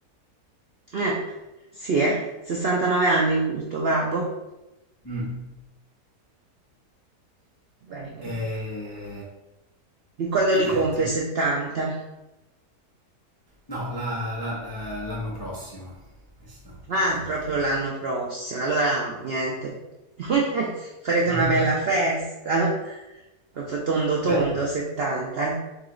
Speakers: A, on the right; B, on the left.
A: Eh, sì, eh, 69 anni il, il tuo babbo?
B: Mm.
A: Bene.
B: E,
A: Di quando
B: e
A: li
B: niente,
A: compie 70?
B: no, la- la- eh, l'anno prossimo, questa,
A: Ah,
B: quindi...
A: proprio l'anno prossimo. Allora, niente. <laughs> Farete
B: <laughs>
A: una bella festa. Proprio tondo tondo
B: Beh.
A: 70, eh.